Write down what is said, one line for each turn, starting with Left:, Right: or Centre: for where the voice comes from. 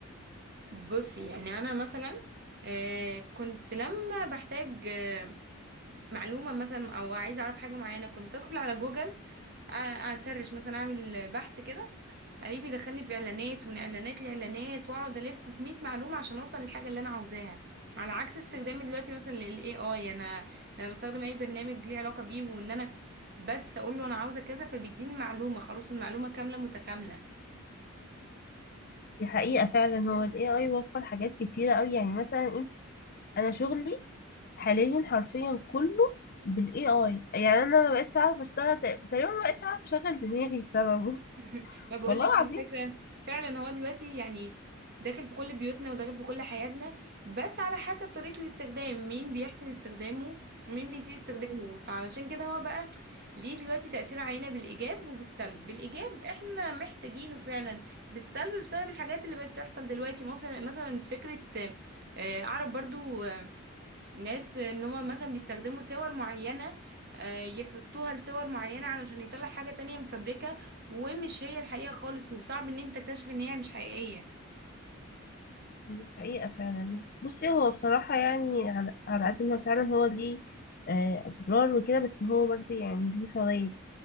Right: بصي يعني انا مثلا آه، كنت لما بحتاج آه، معلومة مثلا او عايزة اعرف حاجة معينة كنت ادخل على جوجل أ- اسرش مثلا اعمل بحث كده الاقيه بيدخلني في اعلانات ومن اعلانات لاعلانات واقعد الف في 100 معلومة عشان اوصل للحاجة اللي انا عاوزاها على عكس استخدامي دلوقتي مثلا للاي اي انا لما بستخدم اي برنامج ليه علاقة بيه وان انا بس اقول له انا عاوزة كذا فبيديني المعلومة خلاص المعلومة كاملة متكاملة
Left: دي حقيقة فعلا هو ال AI وفر حاجات كتيرة أوي يعني مثلا انا شغلي حاليا حرفيا كله بالاي اي يعني انا ما بقتش اعرف اشتغل تق- تقريبا ما بقتش اعرف اشغل دماغي بسببه
Right: <laughs> ما بقولك
Left: والله العظيم
Right: الفكرة فعلا هو دلوقتي يعني داخل في كل بيوتنا وداخل في كل حياتنا بس على حسب طريقة الاستخدام مين بيحسن استخدامه ومين بيسيء استخدامه فعلشان كده هو بقى ليه دلوقتي تأثير علينا بالإيجاب وبالسلب بالإيجاب احنا محتاجينه فعلا بالسلب بسبب الحاجات اللي بقت تحصل دلوقتي مثلا مثلا فكرة آه، أعرف برضو ناس ان هم مثلا بيستخدموا صور معينة آه، يحطوها لصور معينة علشان يطلع حاجة تانية مفبركة ومش هي الحقيقة خالص وصعب ان انت تكتشف ان هي مش حقيقية
Left: دي حقيقة فعلا بصي هو بصراحة يعني على على قد ما فعلا هو ليه آه، اضرار وكده بس هو برضه يعني ليه فوائد